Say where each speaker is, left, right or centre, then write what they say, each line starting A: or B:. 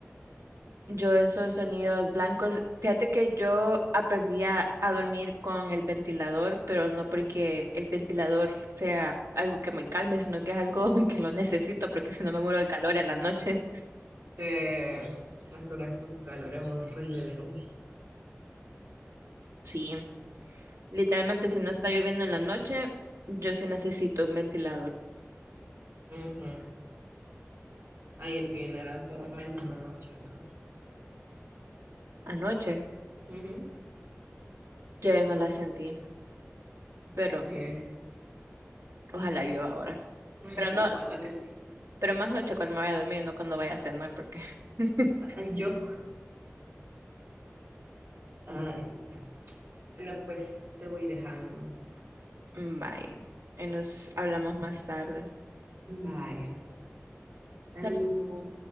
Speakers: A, on the right; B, on the right.
A: Yo esos sonidos blancos, fíjate que yo aprendí a, a dormir con el ventilador, pero no porque el ventilador sea algo que me calme, sino que es algo <laughs> que lo necesito, porque si no me muero del calor en la noche.
B: te- más con estos calores horribles. ¿no?
A: Sí, literalmente si no está lloviendo en la noche, yo sí necesito un ventilador.
B: Ujú. Ayer que vino eran tormentas en la noche acá.
A: Anoche
B: Ujú.
A: yo ya no la sentí, pero
B: Sí, ay.
A: ojalá llueva ahora.
B: Ay,
A: Pero
B: sí,
A: no,
B: ojalá que sí.
A: pero más noche cuando me vaya a dormir, no cuando vaya a cenar, porque... <laughs>
B: Ay, yo. Ay, bueno, pues te voy dejando.
A: Bye, y nos hablamos más tarde.
B: Bye. Salud.
A: Salud.